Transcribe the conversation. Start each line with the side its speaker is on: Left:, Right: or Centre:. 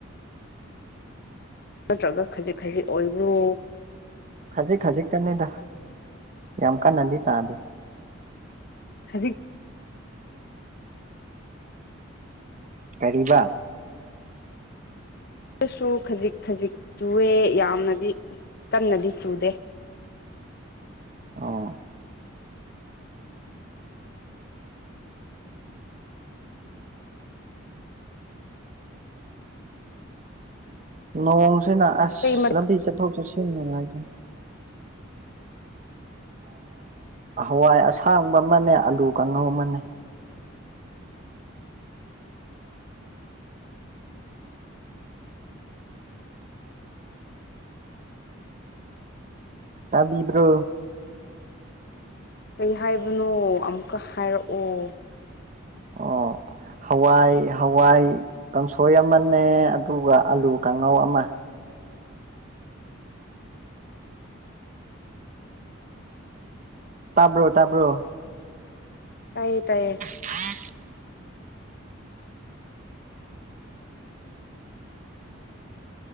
Left: ꯅꯠꯇ꯭ꯔꯒ ꯈꯖꯤꯛ ꯈꯖꯤꯛ ꯑꯣꯏꯕ꯭ꯔꯣ
Right: ꯈꯖꯤꯛ ꯈꯖꯤꯛꯇꯅꯦꯗ ꯌꯥꯝ ꯀꯟꯅꯗꯤ ꯇꯥꯗꯦ
Left: ꯈꯖꯤꯛ
Right: ꯀꯔꯤꯕ
Left: ꯁꯨ ꯈꯖꯤꯛ ꯈꯖꯤꯛ ꯆꯨꯑꯦ ꯌꯥꯝꯅꯗꯤ ꯀꯟꯅꯗꯤ ꯆꯨꯗꯦ
Right: ꯑꯣ ꯅꯣꯡꯁꯤꯅ ꯑꯁ
Left: ꯀꯩ ꯃꯊꯦꯜ
Right: ꯂꯝꯕꯤ ꯆꯠꯊꯣꯛ ꯆꯠꯁꯤꯟ ꯅꯨꯡꯉꯥꯏꯇꯔ꯭ꯦ ꯍꯋꯥꯏ ꯑꯁꯥꯡꯕ ꯑꯃꯅꯦ ꯑꯂꯨ ꯀꯥꯡꯉꯧ ꯑꯃꯅꯦ ꯇꯥꯕꯤꯕ꯭ꯔꯣ
Left: ꯀꯩ ꯍꯥꯏꯕꯅꯣ ꯑꯃꯨꯛꯀ ꯍꯥꯏꯔꯛꯑꯣ
Right: ꯑꯣ ꯍꯋꯥꯏ ꯍꯋꯥꯏ ꯀꯥꯡꯁꯣꯏ ꯑꯃꯅꯦ ꯑꯗꯨꯒ ꯑꯂꯨ ꯀꯥꯡꯉꯧ ꯑꯃ ꯇꯥꯕ꯭ꯔꯣ ꯇꯥꯕ꯭ꯔꯣ
Left: ꯇꯥꯏꯌꯦ ꯇꯥꯏꯌꯦ
Right: ꯍꯥꯡ